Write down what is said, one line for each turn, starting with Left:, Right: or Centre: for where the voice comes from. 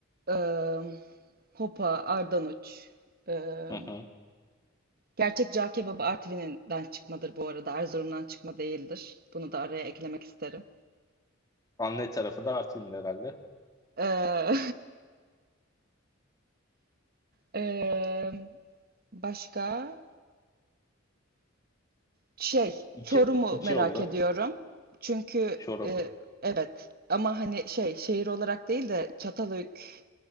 Right: Ee, Hopa, Ardanuç. Ee,
Left: Hı hı.
Right: Gerçek cağ kebabı Artvin'den çıkmadır bu arada. Erzurum'dan çıkma değildir. Bunu da araya eklemek isterim.
Left: Anne tarafı da Artvin herhalde.
Right: Ee, <laughs> ee, başka şey
Left: İki,
Right: Çorum'u
Left: iki
Right: merak
Left: oldu.
Right: ediyorum. Çünkü
Left: Çorum.
Right: e, evet ama hani şey şehir olarak değil de Çatalhöyük